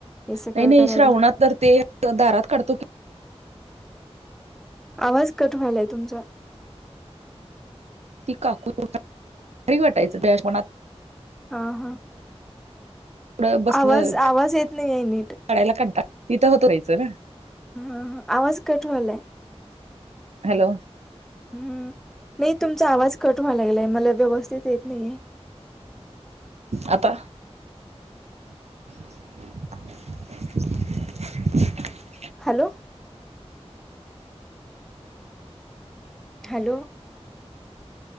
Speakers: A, in the centre; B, on the right.
A: हे सगळं
B: नाही नाही,
A: करायला
B: श्रावणात तर ते दारात काढतो की
A: आवाज कट व्हायलाय तुमचा?
B: ती काकूठ घरी वाटायचं बनात
A: हा हा.
B: एवढं बसलं
A: आवाज आवाज, येत नाही आहे नीट?
B: काढायला कंटाळा तिथं होतो राहायचं ना?
A: ह हआवाज कट व्हालाय?
B: हॅलो!
A: हम नाही, तुमचा आवाज कट व्हाय लागलाय, मला व्यवस्थित येत नाहीये.
B: आता? <unintelligible>
A: हॅलो! हॅलो!